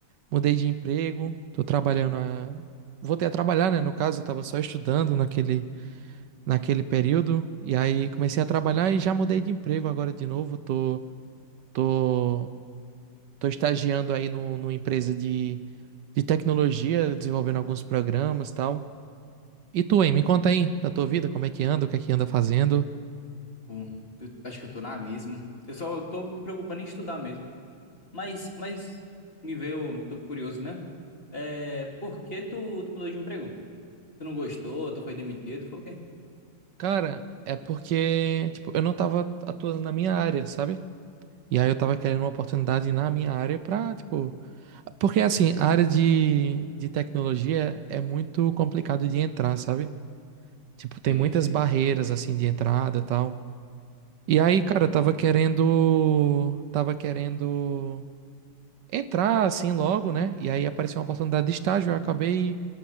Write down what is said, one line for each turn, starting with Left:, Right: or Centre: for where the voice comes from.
Right: mudei de emprego, tô trabalhando a... Voltei a trabalhar, né? No caso, eu tava só estudando naquele naquele período. E aí comecei a trabalhar e já mudei de emprego agora de novo. Tô, tô, tô estagiando aí no, numa empresa de, de tecnologia, desenvolvendo alguns programas e tal. E tu, hein? Me conta aí da tua vida, como é que anda, o que é que anda fazendo.
Left: pô, eu acho que eu tô na mesma. Eu só tô me preocupando em estudar mesmo. Mas, mas me veio, tô curioso mesmo. É, por que tu, tu mudou de emprego? Tu não gostou, tu foi demitido, foi o quê?
Right: Cara, é porque, tipo, eu não tava atuando na minha área, sabe? E aí eu tava querendo uma oportunidade na minha área pra, tipo... Porque, assim, a área de, de tecnologia é muito complicado de entrar, sabe? Tipo, tem
Left: Sei,
Right: muitas
Left: sei,
Right: barreiras assim de entrada e tal. E aí,
Left: entendi.
Right: cara, eu tava querendo, tava querendo entrar assim logo, né? E aí apareceu uma oportunidade de estágio, eu acabei